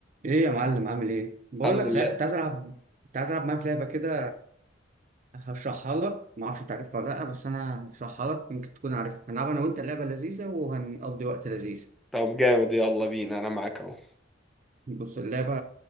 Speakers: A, on the right (about 40°); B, in the centre.
A: ايه يا معلم عامل ايه بقول
B: الحمد
A: لك
B: لله
A: صحيح كنت عايز العب كنت عايز العب معاك لعبه كده هشرحها لك ما اعرفش انت عارفها ولا لا بس انا هشرحها لك يمكن تكون عارفها هنلعب انا وانت اللعبه لذيذه وهنقضي وقت لذيذ
B: طب جامد يلا بينا انا معاك اهو
A: بص اللعبه